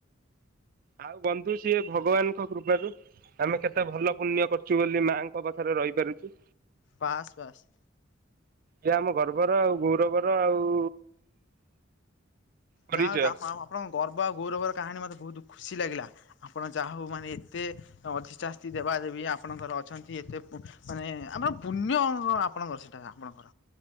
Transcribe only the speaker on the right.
ଆଉ ବନ୍ଧୁ ସିଏ ଭଗବାନଙ୍କ କୃପାରୁ ଆମେ କେତେ ଭଲ ପୁଣ୍ୟ କର ଚୁ ବୋଲି ମାଙ୍କ ପାଖରେ ରହିପାରୁଚୁ।
ସେ ଆମ ଗର୍ବର ଆଉ ଗୌରବର ଆଉ ପରିଚୟ।